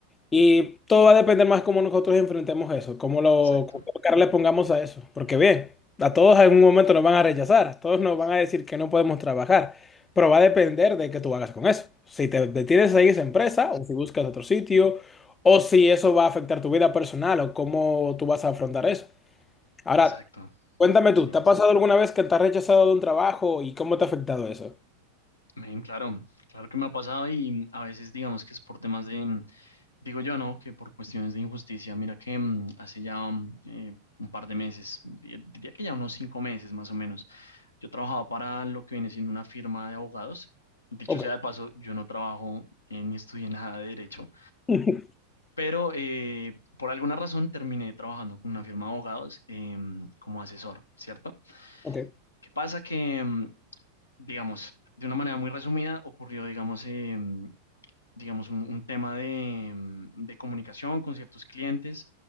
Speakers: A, on the left; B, on the left.
A: y todo va a depender más cómo nosotros enfrentemos eso, cómo lo,
B: Exacto,
A: cómo cara le pongamos a eso. Porque bien, a todos en algún momento nos van a rechazar, a todos nos van a decir que no podemos trabajar, pero va a depender de qué tú hagas con eso. Si te detienes ahí esa empresa, o si buscas otro sitio, o si eso va a afectar tu vida personal, o cómo tú vas a afrontar eso. Ahora,
B: exacto.
A: cuéntame
B: Sí.
A: tú, ¿te ha pasado alguna vez que te has rechazado de un trabajo y cómo te ha afectado eso?
B: Men, claro, claro que me ha pasado y a veces digamos que es por temas de, digo yo, ¿no? Que por cuestiones de injusticia. Mira que mm, hace ya mm, eh, un par de meses, di- diría que ya unos cinco meses más o menos Yo trabajaba para lo que viene siendo una firma de abogados. Dicho
A: Ok.
B: sea de paso, yo no trabajo eh, ni estudié nada de derecho,
A: <laughs>
B: pero eh, por alguna razón terminé trabajando con una firma de abogados em, como asesor, ¿cierto?
A: Ok.
B: ¿Qué pasa? Que, em, digamos, de una manera muy resumida, ocurrió, digamos, em, digamos, un, un tema de, mm, de comunicación con ciertos clientes,